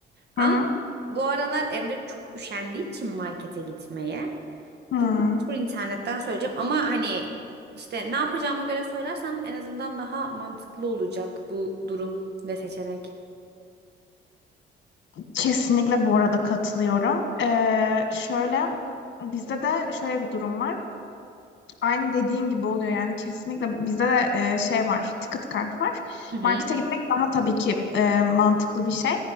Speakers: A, on the right (about 55°); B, on the left (about 65°).
A: Ama
B: Hı hı.
A: bu aralar Emre çok üşendiği için markete gitmeye.
B: Hı.
A: Bugün tur internetten söyleyeceğim ama hani işte ne yapacağıma göre söylersem en azından daha mantıklı olacak bu durum ve seçenek.
B: Kesinlikle bu arada katılıyorum. Ee, şöyle bizde de şöyle bir durum var. Aynı dediğin gibi oluyor yani kesinlikle bizde de e, şey var ticket kart var.
A: Hı hı.
B: Markete gitmek daha tabii ki e, mantıklı bir şey